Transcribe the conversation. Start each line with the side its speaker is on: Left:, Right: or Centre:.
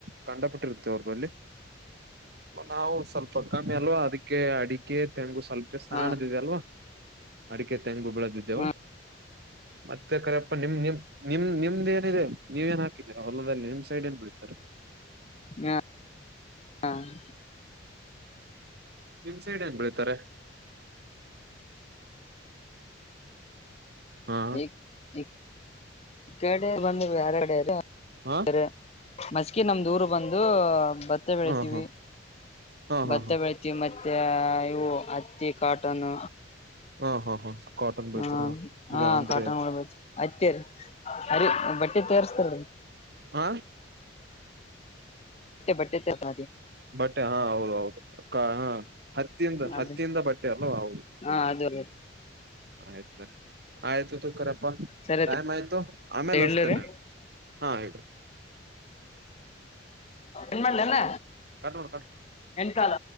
Right: ಕಂಡಪಟ್ಟಿ ಇರುತ್ತೆ ಅವ್ರಲ್ಲಿ. ನಾವು ಸ್ವಲ್ಪ ಕಮ್ಮಿ ಅಲ್ವಾ ಅದಕ್ಕೆ ಅಡಿಕೆ ತೆಂಗು ಸ್ವಲ್ಪ. ಸಾಣದಿದೆ
Left: ಹಾ
Right: ಅಲ್ವಾ ಅಡಿಕೆ ತೆಂಗು ಬೆಳದಿದ್ದೇವ
Left: ಹಾ
Right: ಮತ್ತೆ ಕರೆ. ನಿಮ್ ನಿಮ್ ನಿಮ್ ನಿಮ್ದ್ ಏನಿದೆ ನೀವ ಏನ್ ಹಾಕಿದೀರ ಹೊಲದಲ್ಲಿ ನಿಮ್ ಸೈಡ್ ಏನ್ ಬೆಳೀತಾರೆ.
Left: <inaudible>
Right: ನಿಮ್ ಸೈಡ್ ಏನ್ ಬೆಳೀತಾರೆ. ಹಾ.
Left: ಈ ಈ ಕಡೆ ಬಂದ. <unintelligible>
Right: ಹಾ
Left: ಮಸ್ಕಿ ನಮ್ದೂರ್ ಬಂದು ಭತ್ತೆ ಬೆಳತಿವಿ
Right: ಹಾ ಹಾ ಹಾ ಹಾ
Left: ಭತ್ತ ಬೆಳತಿ. ಹತ್ತಿ ಮತ್ತೆ ಇವು ಹತ್ತಿ ಕಾಟನ್.
Right: ಹಾ ಹಾ ಹಾ. ಕಾಟನ್
Left: ಹ್ಮ
Right: ಬೆಳಿತೀರಾ
Left: ಹಾ
Right: ಇದು ಅಂದ್ರೆ
Left: ಕಾಟನ್ ಒ ಅಐತೇರಿ ಅರಿ ಬಟ್ಟೆ ತೋರ್ಸ್ತಾರರಿ.
Right: ಹಾ.
Left: ಬಟ್ಟೆೆ. <unintelligible>
Right: ಬಟ್ಟೆ ಹಾ ಹೌದ ಹೌದು ಹ ಹತ್ತಿಂದ ಹತ್ತಿಂದ
Left: ಅದು
Right: ಬಟ್ಟೆ ಅಲ್ವಾ ಹೌದು.
Left: ಹಾ ಅದರಿ.
Right: ಆಯ್ತು. ಆಯ್ತು ತೊಗೊ ಕರೆಪ್ಪ
Left: ಸರಿ
Right: ಟೈಮ್ ಆಯ್ತು ಆಮೇಲೆ
Left: ಇಡ್ಲರಿ
Right: ಹಸ್ತೇನೆ ಹಾ ಇಡ್ರಿ.
Left: ನ್ ಮಾಡ್ಲಲ್ಲ
Right: ಕಟ್ ಮಾಡು.
Left: ಹೆನ್ ಕಾಲ.